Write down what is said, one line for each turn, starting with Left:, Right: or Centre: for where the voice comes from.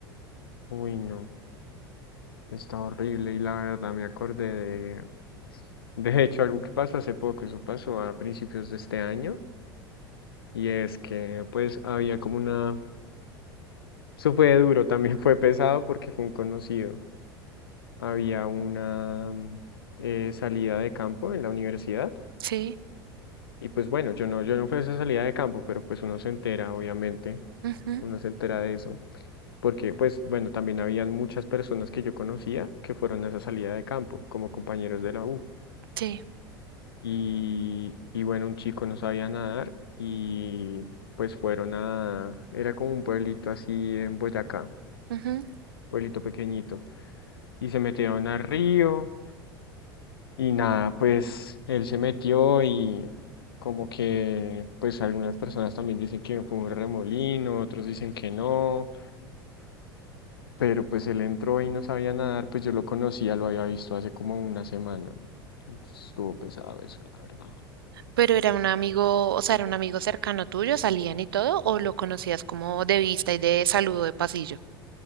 Left: Uy, no, está horrible, y la verdad me acordé de, de hecho, algo que pasó hace poco, eso pasó a principios de este año, y es que, pues, había como una, eso fue duro, también fue pesado porque fue un conocido. había una mm, eh, salida de campo en la universidad.
Right: Sí,
Left: Y pues bueno, yo no, yo no fui a esa salida de campo, pero pues uno se entera, obviamente,
Right: ujú,
Left: uno se entera de eso, porque pues bueno, también habían muchas personas que yo conocía que fueron a esa salida de campo como compañeros de la U.
Right: sí.
Left: Y, y bueno, un chico no sabía nadar y pues fueron a, era como un pueblito así en Boyacá,
Right: ujú.
Left: pueblito pequeñito, y se metieron al río Y nada, pues él se metió y como que pues algunas personas también dicen que fue un remolino, otros dicen que no, pero pues él entró y no sabía nadar, pues yo lo conocía, lo había visto hace como una semana. Entonces, Estuvo pesado eso, la verdad.
Right: Pero era un amigo, o sea, era un amigo cercano tuyo, salían y todo, o lo conocías como de vista y de saludo de pasillo.